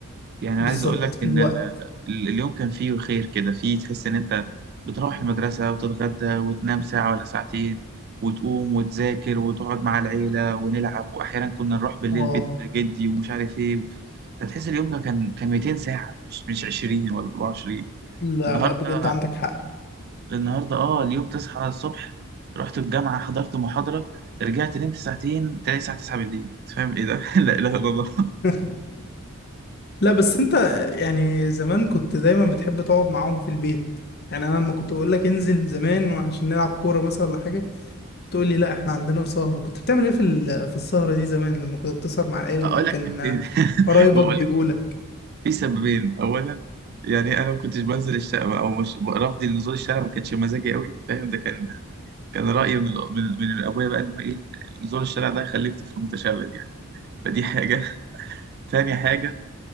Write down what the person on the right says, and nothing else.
يعني
عايز اقول لك ان
ال- ال- اليوم كان فيه خير كده فيه تحس ان انت بتروح المدرسة وتتغدى وتنام ساعة ولا ساعتين وتقوم وتذاكر وتقعد مع العيلة ونلعب واحيانا كنا نروح بالليل
بيت جدي ومش عارف ايه فتحس اليوم ده كان كان 200 ساعة مش مش 20 ولا 24
النهاردة
النهاردة اه اليوم تصحى الصبح رحت الجامعة حضرت محاضرة رجعت نمت ساعتين تلاقي الساعة 9 بالليل أنت فاهم ايه ده؟ <laughs> لا اله الا الله
اقول
لك حاجتين <laughs>
أقول-
في سببين اولا يعني انا ما كنتش بنزل الشارع او مش رفضي لنزول الشارع ما كانش مزاجي قوي فاهم ده كان كان رايي من الأ- من من ابويا بقى ان هو ايه نزول الشارع ده هيخليك طفل متشرد يعني فدي حاجه <laughs> تاني حاجه